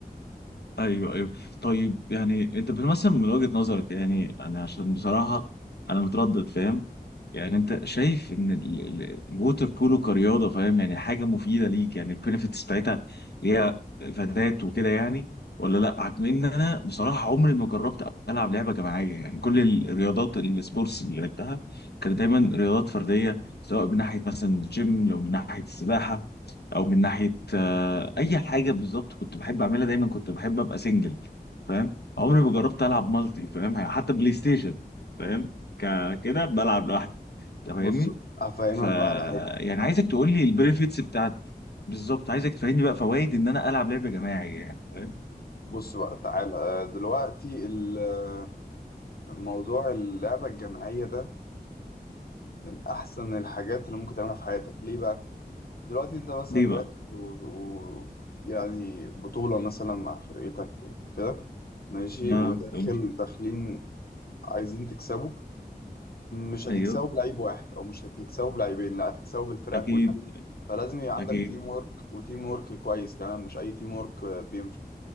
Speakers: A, on the left (about 80°); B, on the left (about 70°).
A: ايوه ايوه طيب يعني انت بتمثل من وجهة نظرك يعني انا عشان بصراحة انا متردد فاهم يعني انت شايف ان ال- ال- الووتر بولو كرياضة فاهم يعني حاجة مفيدة ليك يعني البينفيتس بتاعتها هي فادات وكده يعني ولا لا عكم ان انا بصراحة عمري ما جربت العب لعبة جماعية يعني كل الرياضات السبورتس اللي لعبتها كانت دايما رياضات فردية سواء من ناحية مثلا الجيم لو من ناحية السباحة او من ناحيه آه، اي حاجه بالظبط كنت بحب اعملها دايما كنت بحب ابقى سنجل فاهم عمري ما جربت العب مالتي فاهم يعني حتى بلاي ستيشن فاهم ك- كده بلعب لوحدي انت فاهمني
B: بص هفهمك
A: ف
B: بقى على حاجة
A: يعني عايزك تقول لي البنفيتس بتاعت بالظبط عايزك تفهمني بقى فوائد ان انا العب لعبه جماعيه يعني فاهم
B: بص بقى تعالى آه، دلوقتي ال- الموضوع اللعبة الجماعية ده من أحسن الحاجات اللي ممكن تعملها في حياتك ليه بقى؟ دلوقتي أنت مثلا
A: ليه بقى
B: داخل و... و... يعني بطولة مثلا مع فرقتك وكده ماشي
A: اه
B: وداخل
A: فهمت
B: داخلين عايزين تكسبوا مش هتكسبه
A: ايوه
B: بلعيب واحد او مش هتكسبه بلعيبين لا هتكسبه بالفرقه
A: اكيد
B: كلها فلازم يبقى عندك
A: اكيد
B: تيم ورك وتيم ورك كويس كمان مش اي تيم ورك بينفع